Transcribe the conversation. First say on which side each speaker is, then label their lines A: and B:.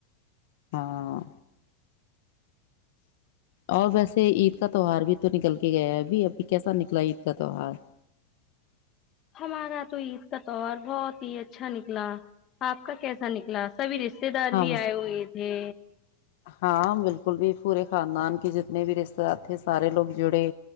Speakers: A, on the left; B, on the left.
A: ہاں اور ویسے عید کا تہوار بھی تو نکل کے گیا ابھی ابھی کیسا نکلا عید کا تہوار
B: ہمارا تو عید کا تہار بہت ہی اچھا نکلا آپ کا کیسا نکلا سبھی رشتے دار
A: ہاں
B: بھی آئے ہوئے تھے
A: ہاں بالکل بھی پورے خاندان کے جتنے بھی رشتے دار تھے سارے لوگ جڑے